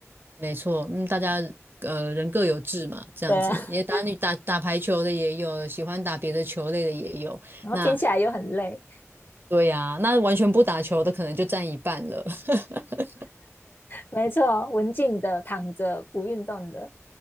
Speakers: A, on the right (about 45°); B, on the left (about 40°).
A: 没错，嗯，大家呃人各有志嘛，这样子，
B: 对啊，
A: 也打女打打排球的也有，喜欢打别的球类的也有。
B: 然后听起来又很累。
A: 那对呀、那完全不打球的可能就占一半了。<laughs>
B: 没错，文静的躺着不运动的